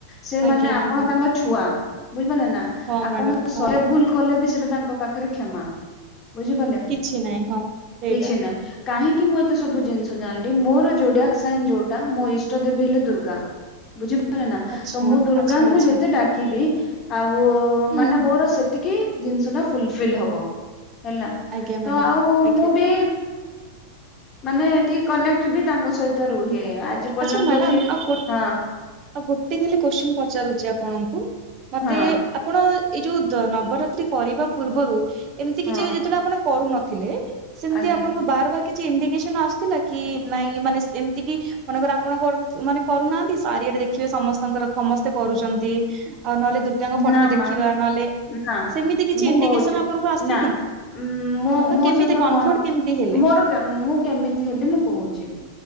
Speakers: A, on the left; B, on the right.
A: ସେ
B: ଆଜ୍ଞା
A: ମାନେ ଆପଣ
B: ଆଜ୍ଞା
A: ତାଙ୍କ ଛୁଆ ବୁଝିପାରିଲେ ନା
B: ହଁ ମ୍ୟାଡାମ
A: ଆପଣ
B: ହଁ
A: ଭୁଲ କଲେ ବି ସେଟା ତାଙ୍କ ପାଖରେ କ୍ଷମା ବୁଝିପାରିଲେ
B: କିଛି ନାହିଁ ହଁ ସେଇଟା।
A: କିଛି ନାଇ। କାହିଁକି ମୁଁ ଏତେ ସବୁ ଜିନିଷ ଜାଣିଲି ମୋର ଯୋଡିଆକ୍ ସାଇନ ଯୋଉଟା ମୋ ଇଷ୍ଟ ଦେବୀ ହେଲେ ଦୁର୍ଗା। ବୁଝିପାରିଲେ ନା
B: ଆଚ୍ଛା
A: ତ ମୁଁ ଦୁର୍ଗାଙ୍କୁ
B: ଆଚ୍ଛା ଆଚ୍ଛା
A: ଯେତେ ଡା ଲି ଆଉ
B: ହୁଁ
A: ମାନେ ମୋର ସେତିକି ଜିନିଷ ଟା ଫୁଲଫିଲ୍ ହବ। ହେଲା
B: ଆଜ୍ଞା ମ୍ୟାଡାମ
A: ତ ଆଉ
B: ଆଜ୍ଞା
A: ମୁଁ ବି ମାନେ ଟିକେ କନେକ୍ଟ ବି ତାଙ୍କ ସହିତ ରୁହେ। ପର୍ଯ୍ୟନ୍ତ
B: ଆଚ୍ଛା ମ୍ୟାଡ଼ାାମ
A: ବି
B: ଆଉ ଗୋଟ
A: ହଁ
B: ଆଉ ଗୋଟେ ଖାଲି କୋଶ୍ଚିନ ପଚାରୁଛି ଆପଣଙ୍କୁ ମତେ
A: ହଁ
B: ଆପଣ ଏଇ ଯୋଉ ନବରାତ୍ରି କରିବା ପୂର୍ବରୁ ଏମିତି
A: ହଁ
B: କିଛି ଯେତେବେଳେ ଆପଣ କରୁନଥିଲେ ସେମତି
A: ଆଜ୍ଞା
B: ଆପଣଙ୍କୁ ବାର ବାର କିଛି ଇଣ୍ଡିକେସନ ଆସୁଥିଲା କି ନାଇଁ ମାନେ ଏମିତି କି ମନେକର ଆପଣ କରୁ ମାନେ କରୁନାହାନ୍ତି ଚ଼ାରିଆଡେ ଦେଖିବେ ସମସ୍ତଙ୍କର ସମସ୍ତେ କରୁଛନ୍ତି ଆଉ ନହେଲେ ଦୁର୍ଗାଙ୍କ ଫଟୋ
A: ନା
B: ଦେଖିବା
A: ମା
B: ନହେଲେ
A: ନା
B: ସେମିତି କିଛି
A: ମୁଁ
B: ଇଣ୍ଡିକେସନ
A: କହୁଛି
B: ଆପଣଙ୍କୁ ଆସିନି
A: ନା ଉଁ ମୁଁ
B: ତ
A: ମୋ
B: କେମିତି
A: ସହିତ
B: କନଭର୍ଟ
A: କଣ
B: କେମିତି ହେଲେ
A: ମୋର ମୁଁ କେମିତି ହେଲି ମୁଁ କହୁଛି